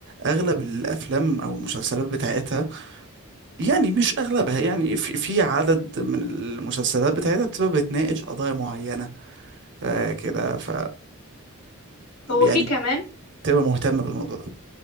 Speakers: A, on the right; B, on the left.
A: أغلب الأفلام أو المسلسلات بتاعتها يعني مش اغلبها يعني في في عدد من المسلسلات بتاعتها بتبقى بتناقش قضايا معينه آه كده ف
B: هو
A: يعني
B: في كمان
A: بتبقى مهتمه بالموضوع ده